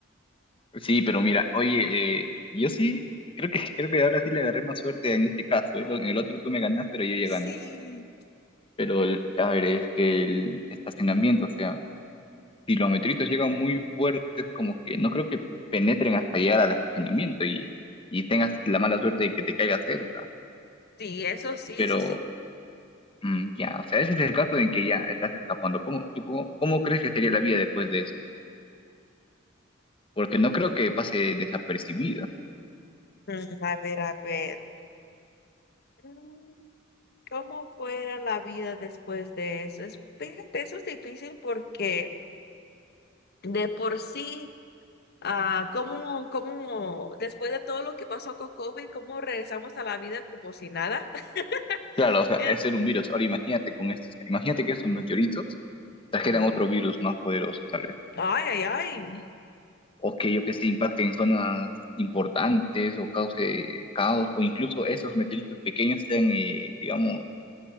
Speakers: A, on the left (about 25°); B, on the left (about 55°).
A: Sí, pero mira, oye, eh, yo sí, creo que, creo que ahora sí le agarré más suerte en este caso, ¿eh? Lo- En el otro tú me ganaste, pero yo ya
B: Sí,
A: gané. pero el- a ver, es que el estacionamiento, o sea, si los meteoritos llegan muy fuertes, como que no creo que penetren hasta llegar al estacionamiento y, y tengas la mala suerte de que te caiga cerca,
B: sí, eso sí,
A: pero
B: eso sí.
A: mm, ya, o sea, ese es el caso en que ya estás escapando. ¿Cómo, tú, cómo, cómo crees que sería la vida después de eso? Porque no creo que pase desapercibido.
B: Mm, A ver, a ver. Mm, ¿Cómo fuera la vida después de eso? Es, fíjate, eso es difícil porque de por sí, ah, ¿cómo, cómo después de todo lo que pasó con COVID, cómo regresamos a la vida como si nada? <laughs>
A: Claro, o sea,
B: En-
A: es ser un virus. Ahora imagínate con esto, o sea, imagínate que esos meteoritos trajeran
B: Ajá.
A: otro virus más poderoso, tal vez.
B: Ay, ay, ay.
A: o que yo que sé, impacte en zonas importantes o cause caos, o incluso esos meteoritos pequeños sean, eh, digamos,